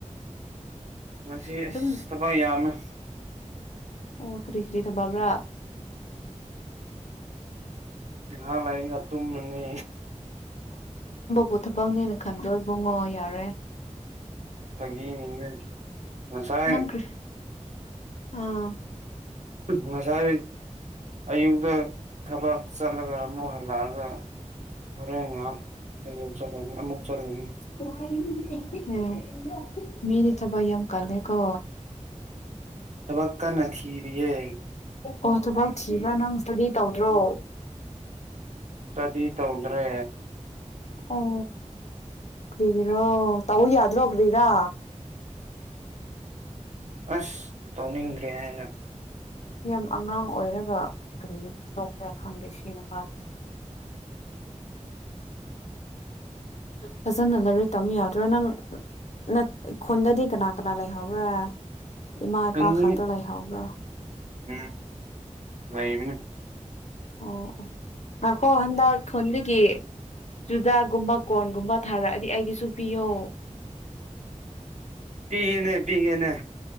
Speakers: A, on the right; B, on the left.
A: ꯉꯁꯤ
B: ꯑꯗꯨꯝ
A: ꯑꯁ ꯊꯕꯛ ꯌꯥꯝꯅ
B: ꯑꯣ ꯀꯔꯤ ꯀꯔꯤꯗ ꯕꯕ꯭ꯔꯥ
A: ꯏꯍꯥ ꯂꯩꯒ ꯇꯨꯝꯅꯤ
B: ꯄꯨꯊꯕꯛꯅꯦꯅ ꯈꯟꯗꯣꯏꯕꯨꯡꯉꯣ ꯌꯥꯔꯦ
A: ꯐꯒꯤꯅꯤꯅ ꯅ ꯆꯔ
B: ꯅꯪ ꯀꯔꯤ ꯑꯥ
A: ꯉꯁꯥꯏ ꯑꯌꯨꯛꯇ ꯊꯕꯛ ꯆꯠꯂꯒ ꯑꯃꯨꯛ ꯍꯜꯂꯛꯑꯒ ꯍꯣꯔꯦꯟ ꯉꯥꯏꯍꯥꯛ ꯆꯠꯂꯒꯦ ꯑꯃꯨꯛ ꯆꯠꯂꯨꯅꯤ
B: ꯑꯦ ꯃꯤꯅꯤ ꯆꯕꯍꯤ ꯌꯥꯝ ꯑꯃ ꯀꯜꯅꯦꯀꯣ
A: ꯊꯕꯛꯀꯥ ꯅꯈꯤꯔꯤꯦ
B: ꯑꯣ ꯊꯕꯛ ꯊꯤꯕ꯭ꯔꯥ ꯅꯪ ꯏꯁ꯭ꯇꯗꯤ ꯇꯧꯗ꯭ꯔꯣ
A: ꯏꯁꯇꯗꯤ ꯇꯧꯗ꯭ꯔꯦ
B: ꯑꯣ ꯭ꯔꯤꯔꯣ ꯇ ꯌꯥꯗ꯭ꯔꯣ ꯒ꯭ꯔꯤꯔꯥ
A: ꯑꯁ ꯇꯧꯅꯤꯡꯗ꯭ꯔꯦ ꯍꯥꯏꯅ
B: ꯌꯥꯝ ꯑꯉꯥꯡ ꯑꯣꯏꯔꯒ ꯑꯗꯨꯒ ꯀꯔꯤ ꯇꯣꯛꯄ꯭ꯔꯥ ꯈꯪꯗꯦ ꯁꯤꯅꯄꯥꯁꯦ ꯐꯖꯅ ꯂꯥꯏꯔꯣꯏ ꯇꯝ ꯌꯥꯗ꯭ꯔꯣ ꯅꯪ ꯅ ꯈꯨꯟꯗꯗꯤ ꯀꯅꯥ ꯀꯅꯥ ꯂꯩꯍꯧꯕ꯭ꯔꯥ ꯏꯃꯥ
A: ꯇꯨꯝꯅꯤꯡ
B: ꯏꯄꯥ ꯈꯛꯇ ꯂꯩꯍꯧꯕ꯭ꯔꯥ
A: ꯎꯝ ꯂꯩꯕꯤꯅꯦ
B: ꯑꯣ ꯉꯥꯛꯈꯣ ꯍꯟꯗꯛ ꯈꯨꯣꯟꯗꯒꯤ ꯆꯨꯖꯥꯛꯒꯨꯝꯕ ꯀꯣꯔꯒꯨꯝꯕ ꯊꯥꯔꯛꯑꯗꯤ ꯑꯩꯒꯤꯁꯨ ꯄꯤꯌꯣ
A: ꯄꯤꯅꯦ ꯄꯤꯒꯅꯦ